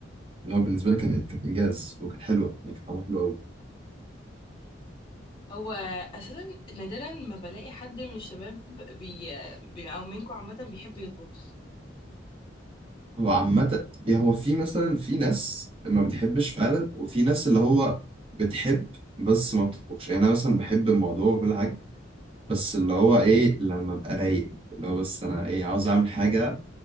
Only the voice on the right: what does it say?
اللي هو بالنسبه لي كانت كانت انجاز وكانت حلوه يعني كانت طعمها حلو قوي
هو عامه يعني هو في مثلا في ناس ما بتحبش فعلا وفي ناس اللي هو بتحب بس ما بتطبخش يعني انا مثلا بحب الموضوع وكل حاجه بس اللي هو ايه لما ابقى رايق اللي هو بس انا ايه عاوز اعمل حاجه